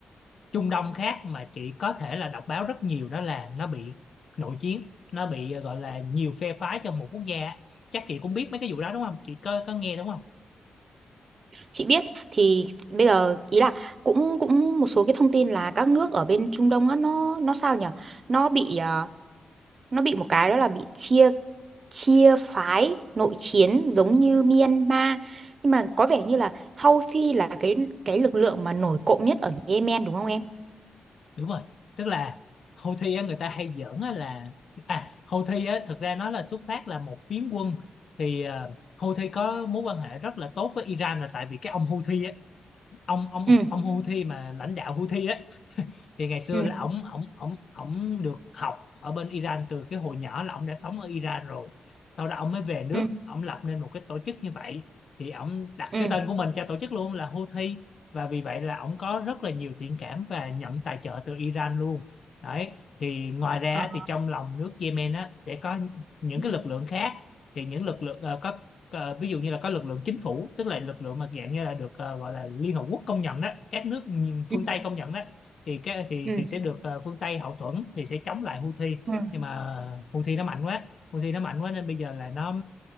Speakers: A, on the left (about 60°); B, on the right (about 45°).
A: Trung Đông khác mà chị có thể là đọc báo rất nhiều đó là nó bị nội chiến nó bị ờ, gọi là nhiều phe phái trong một quốc gia chắc chị cũng biết mấy cái vụ đó đúng không chị có có nghe đúng không
B: chị biết thì bây giờ ý là cũng cũng một số cái thông tin là các nước ở bên Trung Đông á nó nó sao nhỉ nó bị à, nó bị một cái đó là bị chia chia phái nội chiến giống như Myanmar nhưng mà có vẻ như là Houthi là cái cái lực lượng mà nổi cộm nhất ở Yemen đúng không em
A: đúng rồi tức là Houthi á, người ta hay giỡn á là à Houthi á thực ra nó là xuất phát là một phiến quân thì ờ, Houthi có mối quan hệ rất là tốt với Iran là tại vì cái ông Houthi á ông ông
B: ừ
A: ông Houthi mà lãnh đạo Houthi á thì ngày xưa
B: ừ
A: là ổng ổng ổng ổng được học ở bên Iran từ cái hồi nhỏ là ổng đã sống ở Iran rồi sau đó ổng mới về nước
B: ừ
A: ổng lập nên một cái tổ chức như vậy thì ổng đặt
B: ừ
A: cái tên của mình cho tổ chức luôn là Houthi và vì vậy là ổng có rất là nhiều thiện cảm và nhận tài trợ từ Iran luôn đấy thì ngoài ra
B: Ờ,
A: thì trong lòng nước Yemen á sẽ có những
B: ừ
A: cái lực lượng khác thì những lực lượng ờ, có ờ, ví dụ như là có lực lượng chính phủ tức là lực lượng mà dạng như là được ờ, gọi là Liên Hợp Quốc công nhận đó các nước
B: ừ
A: phương Tây công nhận đó thì cái thì
B: ừ
A: thì sẽ được ờ, phương Tây hậu thuẫn thì sẽ chống lại Houthi
B: ừ.
A: nhưng mà Houthi nó mạnh quá Houthi nó mạnh quá nên bây giờ là nó